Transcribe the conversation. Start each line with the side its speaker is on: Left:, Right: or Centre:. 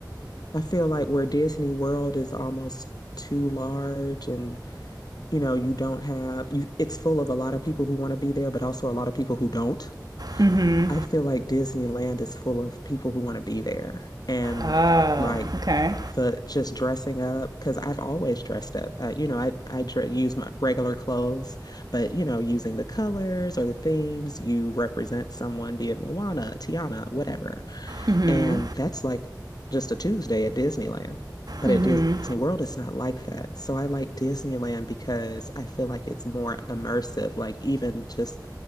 Left: I feel like where Disney World is almost too large and, you know, you don't have, you, it's full of a lot of people who want to be there, but also a lot of people who don't.
Right: Mm-hmm.
Left: I feel like Disneyland is full of people who want to be there and
Right: Oh,
Left: like
Right: okay.
Left: the just dressing up because I've always dressed up. Uh, you know, I I dre use my regular clothes, but you know, using the colors or the themes, you represent someone, be it Moana, Tiana, whatever.
Right: Mm-hmm.
Left: And that's like just a Tuesday at Disneyland. But
Right: Mm-hmm.
Left: at Disney World, it's not like that. So I like Disneyland because I feel like it's more immersive, like even just